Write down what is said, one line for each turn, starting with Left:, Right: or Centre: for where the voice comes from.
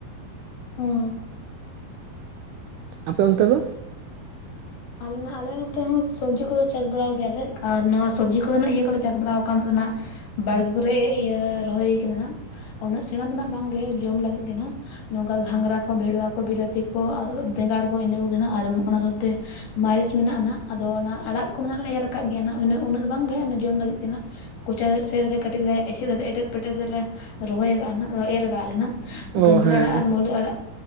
Left: ᱦᱚᱸᱻ
Right: ᱟᱯᱮ ᱚᱱᱛᱮ ᱫᱚ?
Left: ᱟᱞᱮ ᱟᱞᱮ ᱱᱚᱛᱮ ᱦᱚᱸ ᱥᱚᱵᱽᱡᱤ ᱠᱚᱫᱚ ᱪᱟᱥ ᱵᱟᱲᱟᱭ ᱜᱮᱭᱟᱞᱮ ᱟᱨ ᱱᱚᱣᱟ ᱥᱚᱵᱽᱡᱤ ᱠᱚᱫᱚᱱᱟᱜ ᱤᱭᱟᱹ ᱠᱚᱞᱮ ᱪᱟᱥ ᱵᱟᱲᱟᱣ ᱠᱟᱱᱟᱱ ᱛᱟᱦᱮᱱᱟ᱾ ᱵᱟᱲᱜᱮ ᱠᱚᱨᱮᱜ ᱤᱭᱟᱹ ᱨᱚᱦᱚᱭ ᱠᱟᱱᱟ ᱱᱟᱜ ᱩᱱᱟᱹᱜ ᱥᱮᱬᱟ ᱫᱚ ᱱᱟᱜ ᱵᱟᱝᱜᱮ ᱡᱚᱢ ᱞᱟᱹᱜᱤᱫ ᱜᱮ ᱱᱟᱜ ᱱᱚᱝᱠᱟ ᱜᱷᱟᱸᱝᱽᱨᱟ ᱠᱚ ᱵᱷᱮᱰᱣᱟ ᱠᱚ ᱵᱤᱞᱟᱹᱛᱤ ᱠᱚ ᱵᱮᱸᱜᱟᱲ ᱠᱚ ᱤᱱᱟᱹ ᱠᱚᱜᱮ ᱟᱨ ᱚᱱᱟ ᱥᱟᱶᱛᱮᱼᱼ ᱢᱟᱹᱨᱤᱪ ᱢᱮᱱᱟᱜᱼᱟ ᱟᱫᱚ ᱚᱱᱟ ᱟᱲᱟᱜ ᱠᱚᱢᱟ ᱱᱟᱱᱟᱜ ᱞᱮ ᱮᱨ ᱠᱟᱜ ᱜᱮᱭᱟ ᱦᱩᱱᱟᱹ ᱩᱱᱟᱹᱜ ᱫᱚ ᱵᱟᱝ ᱜᱮ ᱚᱱᱟ ᱡᱚᱢ ᱞᱟᱹᱜᱤᱫ ᱛᱮ ᱦᱟᱜ ᱠᱚᱪᱟ ᱥᱮᱨ ᱨᱮ ᱠᱟᱹᱴᱤᱡ ᱞᱮ ᱮᱥᱮᱫ ᱠᱟ ᱮᱴᱮᱫ ᱯᱮᱴᱮᱫ ᱞᱮ ᱨᱚᱦᱚᱭ ᱠᱟᱜᱼᱱᱟᱜ ᱮᱨ ᱠᱟᱜ ᱞᱮ ᱦᱟᱸᱜ ᱜᱟᱺᱫᱷᱟᱹᱨᱤ
Right: ᱚ ᱦᱮᱸ
Left: ᱟᱲᱟᱜ ᱟᱨ ᱢᱟᱹᱞᱤ ᱟᱲᱟᱜ